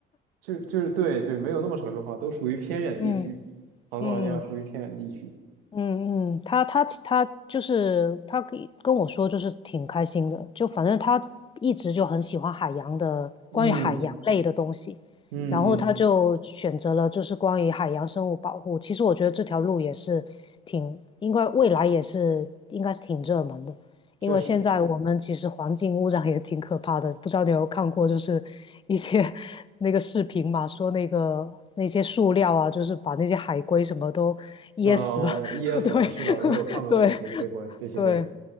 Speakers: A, on the right (about 85°); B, on the left (about 20°).
A: 就就是对对，没有那么城市化，都属于偏远地区。
B: <laughs> 嗯
A: 塔斯马尼亚属于偏远地区。
B: 嗯。嗯嗯，他他他就是他跟跟我说，就是挺开心的，就反正他一直就很喜欢海洋的，
A: 嗯
B: 关于海洋类的东西，
A: 嗯嗯，
B: 然后他就选择了就是关于海洋生物保护。其实我觉得这条路也是挺，应该未来也是应该是挺热门的，因为现在我们其实环境污染也挺可怕的，
A: 确实。
B: 不知道你有没有看过，就是一些 <laughs> 那个视频嘛，说那个那些塑料啊，就是把那些海龟什么都噎死了。
A: 啊、
B: <laughs>
A: 噎死了。
B: 对
A: 是的，我有看过一些这个这些内容，
B: <laughs> 对对，